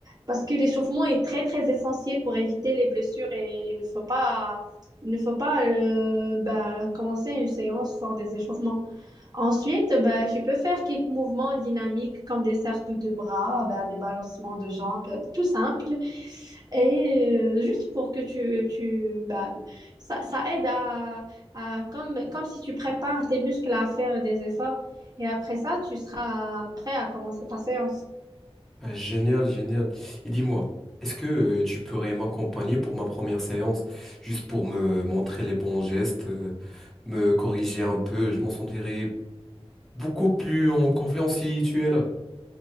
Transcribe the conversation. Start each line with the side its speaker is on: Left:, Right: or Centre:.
Right: Parce que l'échauffement est très, très essentiel pour éviter les blessures et il ne faut pas, il ne faut pas euh, bah, commencer une séance sans des échauffements. Ensuite, ben, je peux faire quelques mouvements dynamiques comme des cercles de bras, ben, des balancements de jambes, tout simple. Et euh, juste pour que tu, tu ben, ça, ça aide à, à comme, comme si tu prépares tes muscles à faire des efforts. Et après ça, tu seras prêt à commencer ta séance.
Centre: Ah, génial, génial. Et dis-moi, est-ce que euh, tu pourrais m'accompagner pour ma première séance, juste pour me montrer les bons gestes, euh, me corriger un peu, je m'en sentirais beaucoup plus en confiance si tu es là.